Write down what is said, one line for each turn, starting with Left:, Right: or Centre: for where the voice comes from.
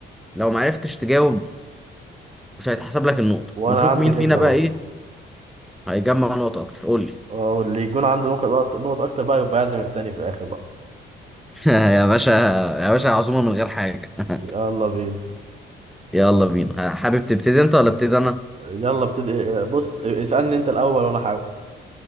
Centre: لو ما عرفتش تجاوب مش هيتحسب لك النقطه
Right: وانا
Centre: ونشوف
Right: عندي
Centre: مين
Right: فكرة
Centre: فينا بقى
Right: برضه
Centre: ايه هيجمع نقطه اكتر قول لي
Right: اه، واللي يكون عنده نقط نقط اكتر بقى يبقى يعزم التاني في الاخر بقى
Centre: <laughs> يا باشا يا باشا عزومه من غير حاجه <laughs>
Right: يلا بينا
Centre: يلا بينا حابب تبتدي انت ولا ابتدي انا
Right: يلا ابتدي بص اسألني انت الاول وانا احاول